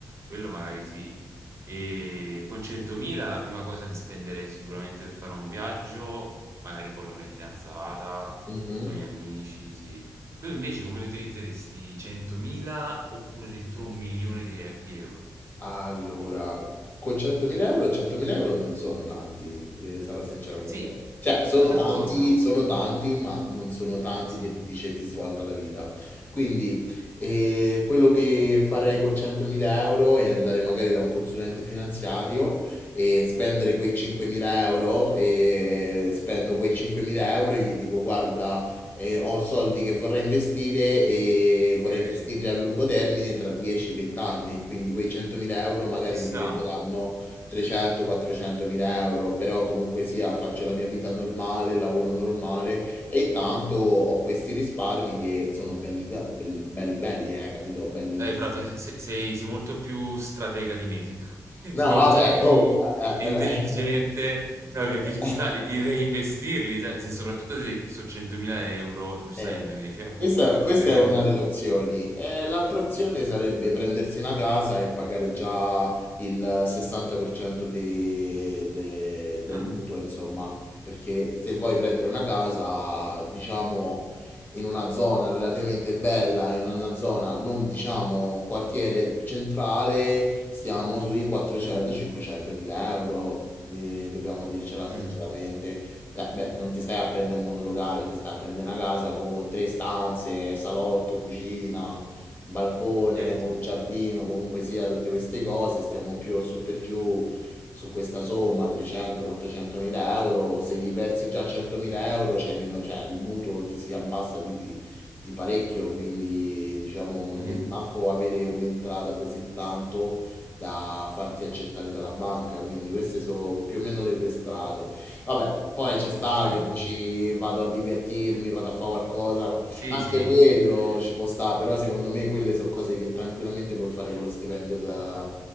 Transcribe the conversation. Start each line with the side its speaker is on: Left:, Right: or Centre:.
Right: quello magari sì. E con 100.000 la prima cosa li spenderei sicuramente per fare un viaggio, magari con la mia fidanzata,
Left: mhm.
Right: con i miei amici, sì. Tu invece come li utilizzeresti 100.000 oppure addirittura un milione di, e- di euro?
Left: Allora, con 100.000 euro, 100.000 euro non sono tanti, de- sarò sincero con
Right: Sì,
Left: te. Cioè,
Right: d-
Left: sono
Right: sono d'accordo,
Left: tanti, sono tanti, ma non sono tanti
Right: sì.
Left: che ti dice ti svolta la vita. Quindi, eh, quello che farei con 100.000 euro è andare magari da un consulente finanziario e spendere quei 5.000 euro e spendo quei 5.000 euro e gli dico, guarda e ho soldi che vorrei investire e vorrei
Right: Okay,
Left: investirli a lungo termine tra 10-20 anni, quindi quei 100.000 euro magari
Right: ci sta.
Left: mi diventeranno 300-400.000 euro, però comunque sia faccio la mia vita normale, lavoro normale e intanto ho questi risparmi che sono belli ga- bel- belli, belli, eh, capito? Belli...
Right: Eh, fra tu se sei sei molto più stratega di me, se <laughs>
Left: No,
Right: sei molto
Left: vabbè,
Right: più
Left: oh, eh,
Right: intelligente.
Left: eh,
Right: No, perché ci
Left: eh.
Right: sta
Left: <laughs>
Right: le il reinvestirli, sai, se soprattutto se so' 100.000 €, giustamente
Left: Eh,
Right: uno dice: "Vabbè,
Left: questa,
Right: ma
Left: questa
Right: prima
Left: è una
Right: di no"
Left: delle opzioni. Eh, l'altra opzione sarebbe prendersi una casa e pagare già il 60% de- de- del
Right: ah,
Left: mutuo, insomma, perché se vuoi prendere una casa, diciamo, in una zona relativamente bella, in una zona non, diciamo, quartiere centrale, stiamo sui 400-500 mila euro, eh, dobbiamo dircela sinceramente.
Right: mh,
Left: Eh, beh, non ti stai a prendere un monolocale,
Right: certo,
Left: ti stai a prendere una casa con tre stanze, salotto, cucina, balcone
Right: certo.
Left: o il giardino, comunque sia, tutte queste cose. Stiamo più su per giù su questa somma 300-400 mila euro. Se gli versi già 100 mila euro, c'hai meno, cioè il mutuo ti si abbassa di, di- di parecchio. Quindi, diciamo, non
Right: Mh-mh.
Left: devi manco avere un'entrata così tanto da farti accettare dalla banca. Quindi, queste sono più o meno le due strade. Vabbè, poi ci sta
Right: Vabbè
Left: che dici
Right: comunque
Left: vado a divertirmi, vado a fare qualcosa,
Right: sì,
Left: anche
Right: sì.
Left: quello ci può stare, però secondo me quelle sono cose che tranquillamente puoi fare con lo stipendio da